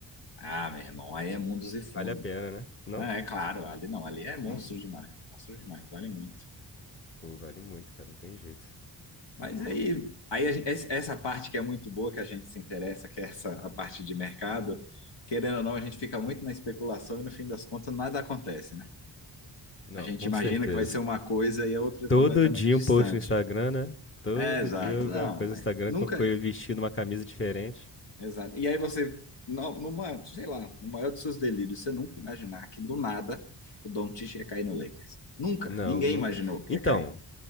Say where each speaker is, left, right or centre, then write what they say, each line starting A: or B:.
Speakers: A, on the left; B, on the left.
A: Ah, meu irmão, aí é mundos e fundo.
B: Vale a pena, né? Não?
A: Ah, É, claro, ali não, ali é monstro demais, monstro demais, vale muito.
B: Pô, vale muito, cara, não tem jeito.
A: Mas aí, aí a gen- es- essa parte que é muito boa, que a gente se interessa, que é essa a parte de mercado, querendo ou não, a gente fica muito na especulação e no fim das contas nada acontece, né?
B: Não,
A: A gente
B: com
A: imagina
B: certeza.
A: que vai ser uma coisa e a outra é
B: Todo
A: completamente
B: dia
A: distante.
B: um post no Instagram, né? Todo
A: É, exato.
B: dia alguma
A: Não,
B: coisa
A: mas
B: no Instagram
A: nunca,
B: com eu vestindo uma camisa diferente.
A: Exato. E aí você, no- numa, sei lá, no maior dos seus delírios, você nunca imaginar que do nada o Doncic ia cair no Lakers. Nunca.
B: Não,
A: Ninguém
B: nunca.
A: imaginou que
B: Então,
A: ia cair.